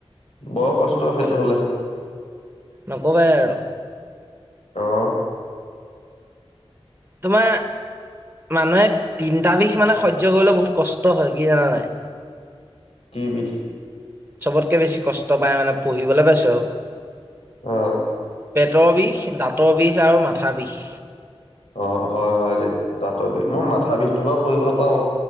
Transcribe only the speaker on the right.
নক
নকবাই আৰু
তোমাৰ মানুহে তিনটা বিষ মানে সহ্য কৰিবলে বহুত কষ্ট হয় কি জানানাই?
চবতকে বেছি কষ্ট পায় মানে পঢ়িবলৈ পাইছোঁ আৰু
পেটৰ বিষ দাঁতৰ বিষ আৰু মাথা বিষ